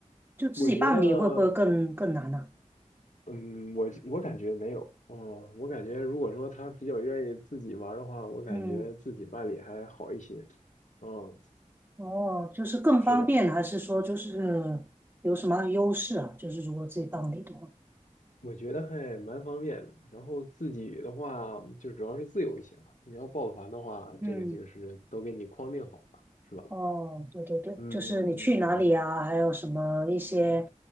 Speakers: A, on the right (about 15°); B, on the left (about 75°).
A: 就自己办理会不会更更难呢、
B: 我觉得，嗯，我我感觉没有，哦，我感觉如果说他比较愿意自己玩儿的话，我感觉自己办理还好一些。
A: 嗯，
B: 嗯，
A: 哦，就是更方便，
B: 是的，是的。
A: 还是说就是有什么优势啊？就是如果自己办理的话，
B: 我觉得还蛮方便的。然后自己的话，就主要是自由行啊。你要报团的话，
A: 嗯
B: 这个就是都给你框定好了，是吧？
A: 哦，对对对，
B: 嗯嗯嗯，
A: 就是你去哪里啊，
B: 嗯
A: 还有什么一些，